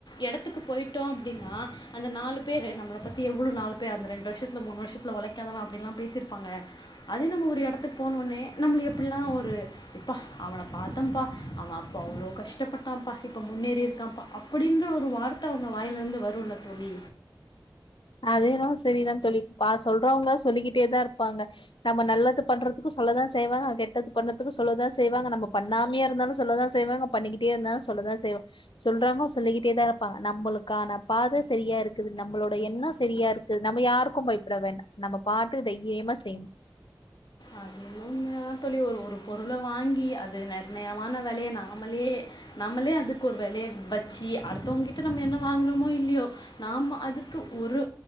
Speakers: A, on the left; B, on the left.
A: எடத்துக்கு போயிட்டோம் அப்டின்னா அந்த நாலு பேரு நம்மள பத்தி எவ்ளோ நாலு பேரு ரெண்டு வருஷத்துல மூணு வருஷத்துல உழக்காதவங்க அப்டின்ல்லாம் பேசிருப்பாங்க அதே நம்ம ஒரு எடத்துக்கு போன உன்னே நம்மள எப்படிலாம் ஒரு ப்பா அவன பார்த்தன்ப்பா அவன் இப்போ அவ்ளோ கஷ்டபட்டான்ப்பா இப்போ முன்னேறி இருக்கான்ப்பா அப்படின்ற ஒரு வார்த்த அவங்க வாய்லருந்து வரும்ல தோழி
B: அது என்னவோ சரி தான் தோழி பா சொல்றவங்க சொல்லிக்கிட்டே தான் இருப்பாங்க நம்ம நல்லது பண்றதுக்கும் சொல்லதான் செய்வாங்க கெட்டது பண்றதுக்கும் சொல்லதான் செய்வாங்க நம்ம பண்ணாமயே இருந்தாலும் சொல்லதான் செய்வாங்க பண்ணிக்கிட்டே இருந்தாலும் சொல்லதான் செய்வ சொல்றவங்க சொல்லிக்கிட்டே தான் இருப்பாங்க நம்மளுக்கான பாதை செரியா இருக்குது நம்மளோட எண்ணம் செரியா இருக்கு நம்ம யாருக்கும் பயப்பட வேண்டாம் நம்ம பாட்டு தைரியமா செய்
A: அதே <unintelligible> ஏன் தோழி ஒரு ஒரு பொருள வாங்கி அது நெர்ணயமான வெலைய நாமலே நம்மளே அதுக்கு ஒரு வெலைய வச்சி அடுத்தவங்க கிட்ட நம்ம என்ன வாங்குறமோ இல்லையோ நாம அதுக்கு ஒரு